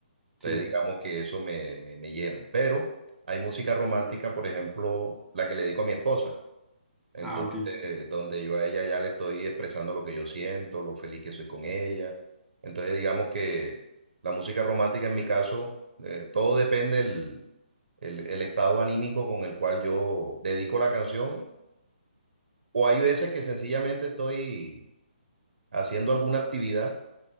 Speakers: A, on the right (about 70°); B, in the centre.
A: Entonces
B: Sí.
A: digamos que eso me, me, me llena. Pero hay música romántica, por ejemplo, la que le dedico a mi esposa. Entonces,
B: Ah, ok,
A: donde yo a ella ya le estoy expresando lo que yo siento, lo feliz que soy con ella. Entonces, digamos que la música romántica en mi caso, eh, todo depende del el, el estado anímico con el cual yo dedico la canción. O hay veces que sencillamente estoy haciendo alguna actividad